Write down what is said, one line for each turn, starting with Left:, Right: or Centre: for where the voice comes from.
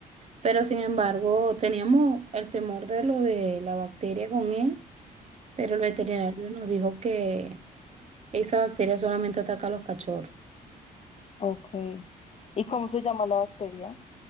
Right: Pero sin embargo, teníamos el temor de lo de la bacteria con él, pero el veterinario nos dijo que esa bacteria solamente ataca a los cachorros.
Left: Ok. ¿Y cómo se llama la bacteria?